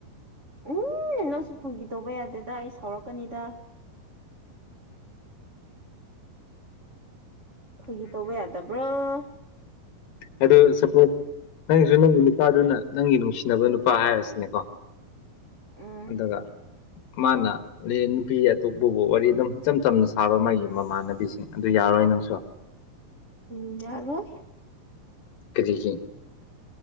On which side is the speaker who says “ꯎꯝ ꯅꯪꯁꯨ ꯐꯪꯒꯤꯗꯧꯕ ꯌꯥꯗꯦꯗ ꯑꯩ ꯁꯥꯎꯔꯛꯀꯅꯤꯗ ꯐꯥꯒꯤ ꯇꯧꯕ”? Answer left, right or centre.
Right